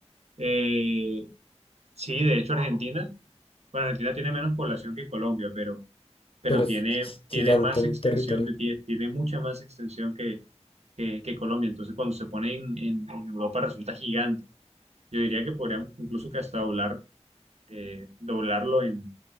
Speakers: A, on the right; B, on the left.
A: Eh, sí, de hecho Argentina, bueno, Argentina tiene menos población que Colombia, pero,
B: <laughs>
A: pero
B: pero
A: tiene,
B: es
A: tiene
B: gigante
A: más
B: en
A: extensión
B: territorio,
A: de, tie- tiene mucha más extensión que, que, que Colombia. Entonces cuando se pone en en- en Europa resulta gigante. Yo diría que podríamos incluso que hasta doblar, eh, doblarlo en,